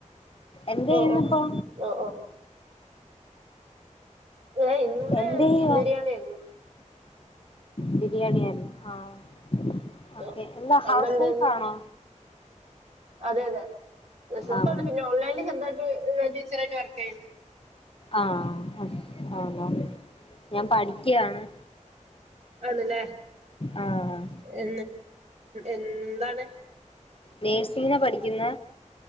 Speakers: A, on the left; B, on the right.
A: എന്തയ്യുന്ന
B: ഓ ഓ
A: ഇപ്പോ
B: ഓ ഓ ഏ ഇന്ന്
A: എന്തു ചെയ്യുവാ
B: ബിരിയാണി ആയിരുന്നു
A: ബിരിയാണി ആയിരുന്നു ആഹ് ഓക്കെ
B: ഓ
A: എന്താ
B: അവിടെ
A: ഹൗസ്
B: എന്തായിരുന്നു
A: വൈഫാണോ
B: അതെ അതെ ഹൗസ് വൈഫാണ്
A: ആഹ്
B: പിന്നെ ഓൺലൈനിൽ ചെറുതായിയിട്ട് ടീച്ചറായിട്ട് വർക്ക് ചെയ്യണ്ട്
A: ആഹ് ആഹ ഞാൻ പഠിക്കയാണ്
B: അതേലേ
A: ആഹ്
B: എ എന്താണ്
A: നേഴ്സിംഗിനാ
B: ഓ ഓ
A: പഠിക്കുന്ന